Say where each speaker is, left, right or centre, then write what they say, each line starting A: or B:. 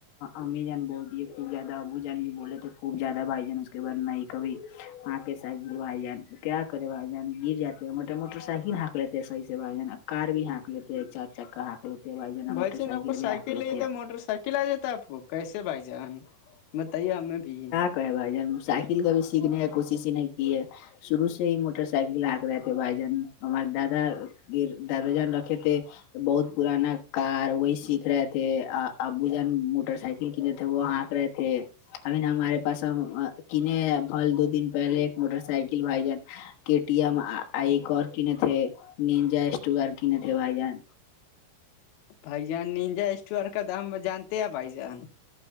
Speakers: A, on the left; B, on the left.
A: امی جان بول دیے خوب زیادہ ابو جان بھی بولے تھے خوب زیادہ بھائی جان اس کے بد نہیں کبھی ہاںک سائیکل بھائی جان کیا کرے بھائی جان گر جاتے ہیں موٹ موٹر سائیکل ہانک لیتے ہیں صحیح سے بھائی جان کار بھی ہانک لی چار چککا ہا لیتے بھائینا
B: بھائی
A: موٹر
B: جان
A: سائیکل
B: آپ کو
A: بھی ہ کے لیتے
B: لے تھا موٹر سائیکل آ جاتا ہے آپ کو کیسے بھائی جانان بتائیے ہمیں بھی
A: کہ ب سائیکل کا بھی سیکھنے کا کوشش ہی نہیں کیے شرو سے ہی موٹر سائیکل لگ رہے تھے بھائی جان ہمارے دادا گ دادا جان رکھے تھے بہت پرانا کار وہی سیکھ رہے تھے ابو جان موٹر سائیکل کنے تھے وہ آاںک رہے تھے ابھی نا ہمارے پاس ہم کینے پھل دو دن پہے ایک موٹر سائکل وائی جان ٹی ایم اور کینے تھے نینجا اسٹ کینے تھے بھائی جان
B: بھائی جان نجا اسٹو ہرک تھا ہم جانتے ہیں بھائی جان